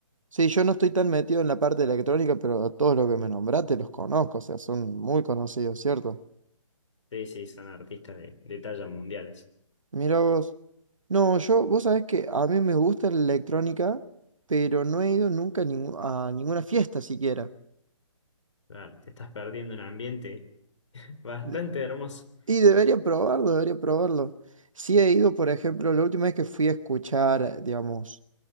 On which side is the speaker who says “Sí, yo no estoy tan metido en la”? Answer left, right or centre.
Right